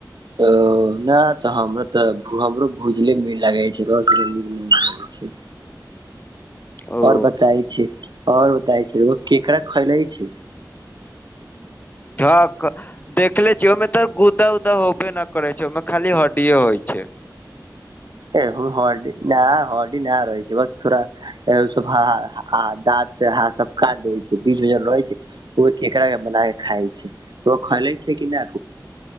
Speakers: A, on the right; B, on the left.
A: ओ ना त हमरो त हमरो भूजले नीक लागे छै रोज <unintelligible> छै।
B: ओ
A: आओर बताय छी आओर बताय छै ओ केकरा खैलाै छै।
B: ठक, देखले छियै ओहिमे त गुदा उदा होबे न करै छै ओहिमे खाली हड्डीए होय छै।
A: ए हरडी न हरडी न रहै छै बस त थोरा, सब <unintelligible> काट दैय छै बीच मे जन रहै छै। ओ केकरा के बना के खाय छै ओ खे छै कि न,